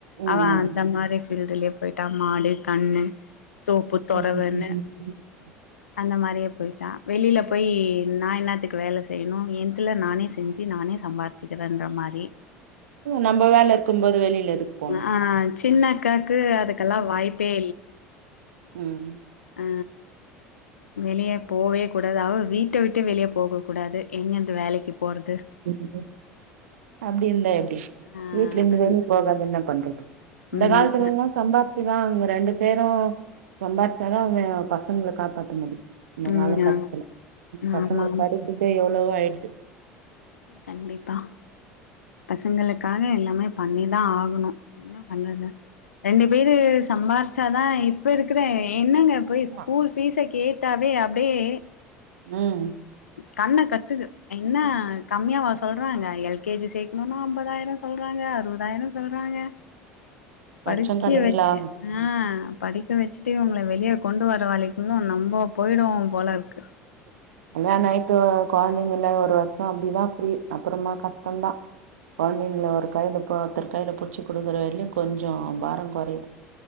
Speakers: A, on the right; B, on the left.
A: ம்
B: அதா அந்த மாரி ஃபீல்டுலே போய்ட்டா மாடு கண்ணு தோப்பு தொறவுன்னு
A: ம் ம் ம் ம்
B: அந்த மாரியே போய்ட்டா வெளில போய் நா என்னாத்துக்கு வேல செய்யனு என்துல நானே செஞ்சு நானே சம்பா சிக்கரன்ற மாரி
A: நம்ப வேல இருக்கும்போது வெளியில எதுக்கு போணு
B: ஆ சின்ன அக்காக்கு அதுக்கெல்லா வாய்ப்பே
A: ம்
B: ஹ வெளிய போகவே கூடாது அவ வீட்ட விட்டு வெளியே போக கூடாது எங்க இந்த வேலைக்கு போறது
A: ரி சார் அப்டி இருந்தா எப்டி
B: ஆ
A: வீட்ல இருந்துவேலக்கு
B: அந்
A: போகாது என்ன பண்றது இந்த
B: ம்
A: காலத்துலங்க
B: அ
A: சம்பாதிச்சி தா அவங்க ரெண்டு பேரு சம்பாதிச்சாதா அவங்க பசங்கள காப்பாத்த முடியு இந்த
B: ம்
A: கால கட்டத்துல
B: ஆமா
A: பசங்க
B: ஆமா ஆமா
A: படிப்புக்கே எவ்வளவோ ஆயிடுது
B: கண்டிப்பா பசங்களுக்காக எல்லாமே பண்ணிதா ஆகணு என்ன பண்றது ரெண்டு பேரு சம்பாரிச்சாதா இப்ப இருக்கிற என்னங்க போய்
A: ஆமா
B: ஸ்கூல் ஃபீஸ கேட்டாவே அப்டியே
A: ம்
B: கண்ண கட்டுது என்ன கம்மியாவா சொல்றாங்க எல் கே ஜி சேக்கணுன்னா அம்பதாயிரொ சொல்றாங்க அறுவதாயிரொ சொல்றாங்க
A: லட்ச
B: படிக்க
A: கணக்குல
B: வெச்சே
A: ஆகுது
B: ஆ படிக்க வெச்சுட்டே உங்கள வெளிய கொண்டு வர வேளைக்குள்ள நம்ப போயிடுவோ போல
A: ம்
B: இருக்கு
A: அதா நா இப்ப கொழந்தைங்கள்லா ஒரு வர்ஷ அப்டிதா ஃப்ரீ அப்பறமா கஷ்டந்தா கொழந்தைங்ளா ஒரு கைல இப்ப ஒர்த்தர் கைல புட்ச்சு குடுக்குற வரைலு கொஞ்ச பார கொறையு